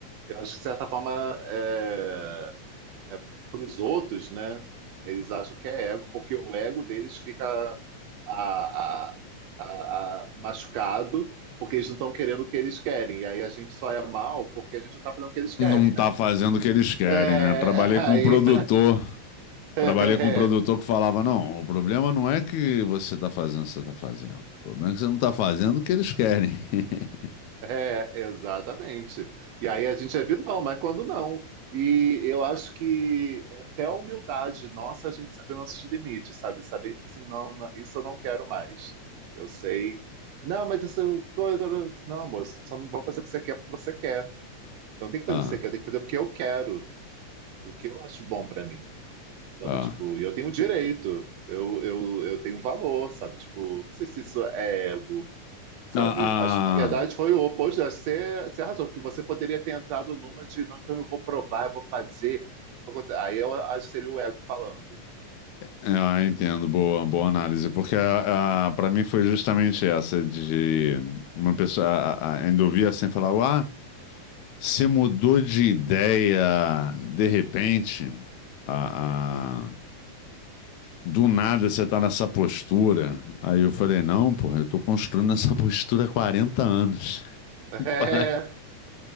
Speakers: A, on the right (about 75°); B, on the left (about 80°).
A: Eu acho que, de certa forma, é, para os outros, né? Eles acham que é ego, porque o ego deles fica a- a- a- a- machucado, porque eles não estão querendo o que eles querem. E aí a gente só é mal porque a gente não está fazendo o que eles querem,
B: Não tá
A: né?
B: fazendo o que eles querem,
A: É,
B: né? Trabalhei
A: aí.
B: com um produtor,
A: <laughs>
B: trabalhei com um produtor que falava, não, o problema não é que você tá fazendo o que você tá fazendo. O problema é que você não tá fazendo o que eles querem. <laughs>
A: É, exatamente. E aí a gente é vilão, mas quando não. E eu acho que até a humildade nossa, a gente saber nossos limites, sabe? Saber, tipo assim, não, não, isso eu não quero mais. Eu sei. Não, mas isso eu. coisa- Não, moço, só não vou fazer o que você quer porque você quer. Eu não tenho que fazer
B: Ah,
A: o que você quer, eu tenho que fazer o que eu quero, o que eu acho bom pra mim, sabe?
B: ah,
A: Tipo,
B: ah.
A: e eu tenho direito, eu, eu, eu tenho valor, sabe? Tipo, não sei se isso é ego sabe?
B: Ah,
A: Acho, na verdade, foi o oposto. Acho que Você, você arrasou, porque você poderia ter entrado numa de, não, então eu vou provar, eu vou fazer. Eu vou fazer." Aí eu acho que seria o ego falando. <laughs>
B: ah, ah, entendo, boa, boa análise, porque a, para mim foi justamente essa de uma pessoa a- a- ainda ouvir assim falar, ah, Você mudou de ideia de repente, a, a- do nada você tá nessa postura. Aí eu falei, não, porra, eu tô construindo essa <laughs> postura há 40 anos. <laughs>
A: É,
B: Tem qua-